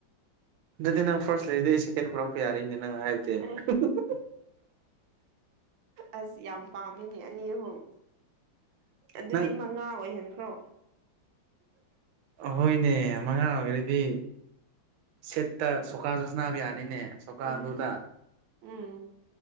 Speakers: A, on the right (about 85°); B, on the right (about 70°).
A: ꯗꯨꯗꯤ ꯅꯪ ꯐꯥꯔꯁ ꯂꯩꯔꯗꯤ ꯑꯩ ꯁꯀꯦꯟ ꯄꯣꯔꯛꯄ ꯌꯔꯦꯅꯦ ꯅꯪ <inaudible>
B: ꯑꯩ ꯑꯁ ꯌꯥꯝ ꯄꯥꯝꯃꯦꯅꯦ ꯑꯅꯤ ꯑꯍꯨꯝ ꯑꯗꯨꯗꯤ
A: ꯅꯪ
B: ꯃꯉꯥ ꯑꯣꯏꯍꯟꯈ꯭ꯔꯣ
A: ꯑꯍꯣꯏꯅꯦ ꯃꯉꯥ ꯑꯣꯏꯔꯗꯤ ꯁꯤꯠꯇ ꯁꯨꯀꯥꯁꯨ ꯁꯅꯥꯕ ꯌꯥꯅꯤꯅꯦ ꯁꯨꯀꯥꯗꯨꯗ
B: ꯎꯝ ꯎꯝ